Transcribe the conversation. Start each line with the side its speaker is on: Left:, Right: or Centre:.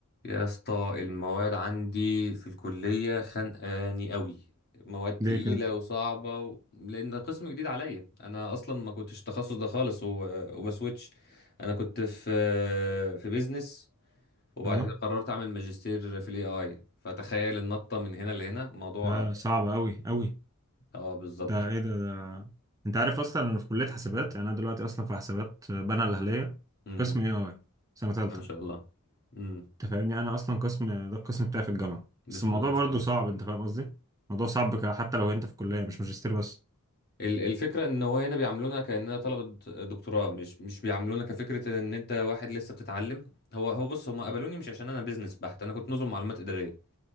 Left: يا اسطى المواد عندي في الكلية خانقاني قوي مواد تقيلة
Right: ليه كده
Left: وصعبة و... لأن قسم جديد عليا أنا أصلا ما كنتش التخصص ده خالص و... وبسويتش أنا كنت في في بيزنس وبعد
Right: اه
Left: كده قررت أعمل ماجستير في الاي اي فتخيل النطة من هنا لهنا موضوع
Right: لا صعب قوي قوي
Left: اه بالظبط
Right: ده ايه ده, ده انت عارف اصلا انا في كليه حسابات يعني انا دلوقتي اصلا في حسابات بنها الاهليه
Left: امم
Right: قسم اي اي سنه ثالثه
Left: بسم الله ما شاء الله امم
Right: انت فاهمني انا اصلا قسم ده القسم بتاعي في الجامعه
Left: بسم
Right: بس الموضوع
Left: الله ما
Right: برضه
Left: شاء الله
Right: صعب انت فاهم قصدي الموضوع صعب ك- حتى لو انت في كليه مش ماجستير بس
Left: ال- الفكرة ان هو هنا بيعاملونا كأننا طلبة دكتوراه مش مش بيعاملونا كفكرة ان انت واحد لسه بتتعلم هو هو بص هم قبلوني مش عشان انا بيزنس بحت انا كنت نظم معلومات إدارية